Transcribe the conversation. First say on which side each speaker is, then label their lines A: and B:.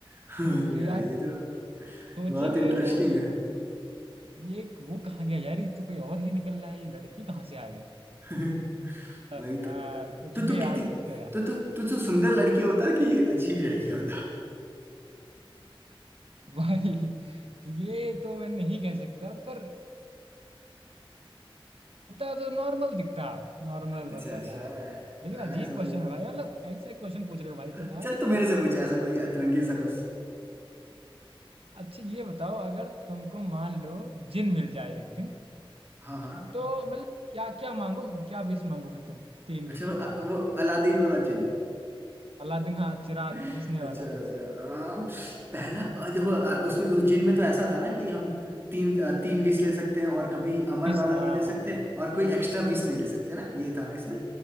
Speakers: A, on the right (about 25°); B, on the right (about 85°).
A: <laughs> अरे
B: कि
A: यार
B: यार
A: ये तो
B: सोचेंगे
A: बहुत इंटरेस्टिंग
B: लोग यार
A: है
B: ये वो कहाँ गया यार ये तो कोई और ही निकल रहा है ये लड़की कहाँ से आ गई
A: <laughs>
B: अब
A: वही
B: यार
A: तो
B: कुछ
A: तो तू
B: भी यार
A: कितनी
B: बोलते हैं यार
A: तो तू तू तू सुंदर लड़की होता कि अजीब लड़की होता
B: <laughs> भाई ये तो मैं नहीं कह सकता पर होता तो नॉर्मल दिखता नॉर्मल
A: अच्छा
B: मतलब
A: अच्छा
B: यार लेकिन
A: हाँ
B: अजीब
A: समझ
B: क्वेश्चन
A: रहा
B: है भाई मतलब ऐसे क्वेश्चन पूछ रहे हो भाई
A: हूँ।
B: तुम यार
A: चल तू मेरे से पूछ ऐसा कोई अतरंगी सा क्वेश्चन
B: अच्छा ये बताओ अगर तुमको मान लो जिन मिल जाए एक दिन
A: हाँ हाँ
B: तो मतलब क्या क्या मांगोगे क्या विश मांगोगे तुम तीन
A: अच्छा
B: विश
A: वो,
B: अपनी
A: वो अलादीन वाला जिन
B: अलादीन हाँ चिराग
A: अच्छा
B: घिसने वाला
A: अच्छा हाँ पहला अ, देखो अ, उसमें उस जिन में तो ऐसा था ना कि हम तीन अ, तीन विश ले सकते हैं और कभी अमर
B: विश
A: वाला
B: हाँ
A: नहीं ले सकते और कोई एक्स्ट्रा विश नहीं ले सकते ना ये था ना इसमें